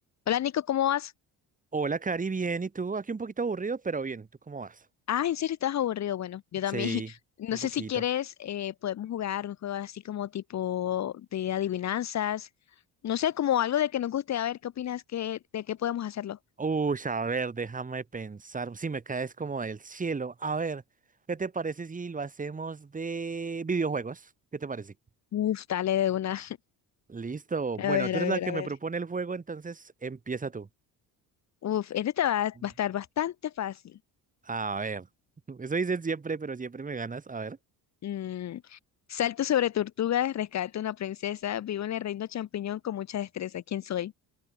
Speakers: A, on the left; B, on the right.
A: Hola Nico, ¿cómo vas?
B: Hola, Cari, bien. ¿Y tú? Aquí un poquito aburrido, pero bien. ¿Tú cómo vas?
A: Ah, ¿en serio estás aburrido? Bueno, yo también.
B: Sí,
A: <laughs> No
B: un
A: sé
B: poquito.
A: si quieres, eh, podemos jugar un juego así como tipo de adivinanzas. No sé, como algo de que nos guste. A ver, ¿qué opinas? ¿Qué, de qué podemos hacerlo?
B: Uy, a ver, déjame pensar. Si me caes como del cielo. A ver, ¿qué te parece si lo hacemos de videojuegos? ¿Qué te parece?
A: Uf, dale de una.
B: Listo.
A: <laughs> A
B: Bueno,
A: ver,
B: tú
A: a
B: eres
A: ver,
B: la que
A: a
B: me
A: ver.
B: propone el juego, entonces empieza tú.
A: Uf, este te va,
B: Mm.
A: va a estar bastante fácil.
B: A ver. <laughs> Eso dicen siempre, pero siempre me ganas. A ver.
A: Mm, salto sobre tortugas, rescato una princesa, vivo en el reino champiñón con mucha destreza. ¿Quién soy?